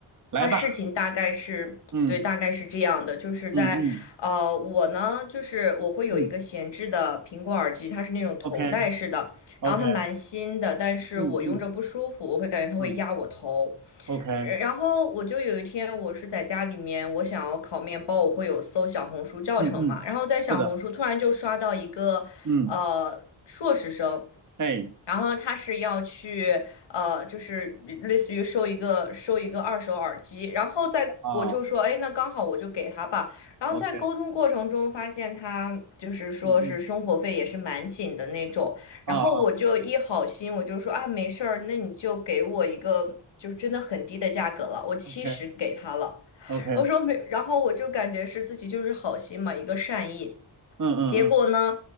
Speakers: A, on the right; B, on the left.
A: 来吧，
B: 他事情大概是，
A: 嗯
B: 对，大概是这样的，就是在，
A: 嗯嗯
B: 呃，我呢，就是我会有一个闲置的苹果耳机，
A: 嗯
B: 它是那种头戴式的，
A: ，OK OK，
B: 然后它蛮新的，但是我用着不舒服，
A: 嗯嗯
B: 我会感觉它会压我头，
A: 嗯，OK，嗯
B: 呃然后我就有一天我是在家里面，我想要烤面包，我会有搜小红书教程嘛，
A: 嗯，
B: 然后在小红书突然就刷到一个，
A: 是的，嗯，
B: 呃，硕士生。
A: 哎
B: 然后他是要去呃，就是类似于收一个收一个二手耳机，然后在我就说，
A: 啊
B: 哎，那刚好我就给他吧。然后在沟通过程中发现他就是说是生活费也是蛮紧的那种，
A: ，OK，嗯嗯啊啊
B: 然后我就一好心，我就说啊，没事儿，那你就给我一个就是真的很低的价格了，我七十给他了。
A: ，OK
B: <laughs>
A: OK，嗯
B: 我说没，然后我就感觉是自己就是好心嘛，一个善意。
A: 嗯嗯，
B: 结果呢，